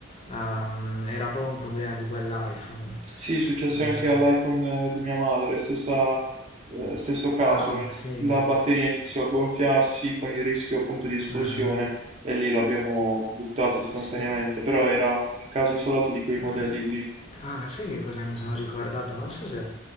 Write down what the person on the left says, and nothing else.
Ehm, era proprio un problema di quell'iPhone,
non
so.
Ah,
ok.
Mm, mm.
Sì.
Mm.
Ah, sai che cosa mi sono ricordato? Non so se